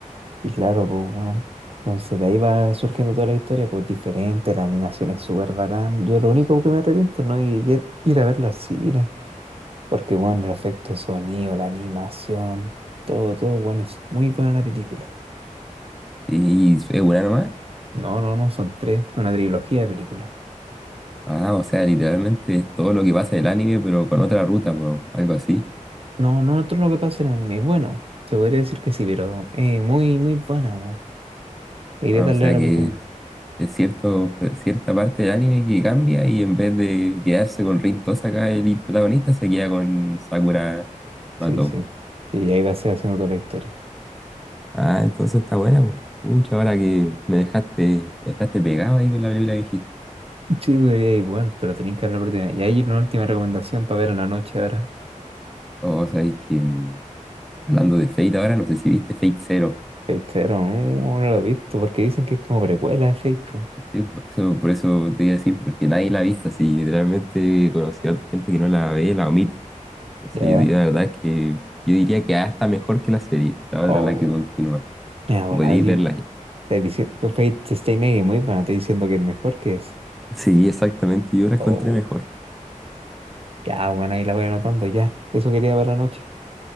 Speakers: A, on the right; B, in the centre.
A: Y claro, pues, weón. Entonces de ahí va surgiendo toda la historia, pues diferente, la animación es súper bacán. Yo lo único que me arrepiento no es ir ir a verla al cine, porque, bueno, el efecto sonido, la animación, todo, todo, bueno, es muy buena la película.
B: Sí, es una nomás.
A: No, no, no, son tres, una trilogía de películas.
B: Ah, o sea, literalmente es todo lo que pasa del anime, pero con otra ruta, bueno, algo así.
A: No, no, todo lo que pasa en el anime, bueno, se podría decir que sí, pero eh, muy, muy buena, weón. Iré
B: Ah,
A: a darle
B: o sea
A: la
B: que
A: oportunidad.
B: es, es cierto, cierta parte del anime que cambia y en vez de quedarse con Rin Tosaka, el protagonista se queda con Sakura Matou.
A: Sí, sí. Y ahí va a ser haciendo toda la historia.
B: Ah, entonces está buena, po. Pucha, ahora que me dejaste. Me dejaste pegado ahí con la película que dijiste.
A: Sí, podría ir, bueno, pero tenéis que dar la oportunidad. Y ahí una última recomendación para ver en la noche ahora.
B: O sabéis que mm, hablando de Fate ahora, no sé si viste Fate Zero.
A: Fate Zero, no, no lo he visto porque dicen que es como precuela de Fate. po.
B: Sí, por eso, por eso te iba a decir, porque nadie la ha visto, así Literalmente conocí a otra gente que no la ve, la omite. Entonces,
A: Ya.
B: yo la verdad es que yo diría que hasta mejor que la serie. la otra
A: Oh.
B: la que continúa.
A: Me da volada
B: Podéis
A: aquí.
B: verla ahí.
A: Te dice- pues, Fate Stay Night es muy buena, te diciendo que es mejor que es.
B: Sí, exactamente. Yo la encontré
A: Oh.
B: mejor.
A: Ya, bueno, ahí la voy anotando ya. Eso quería ver la noche.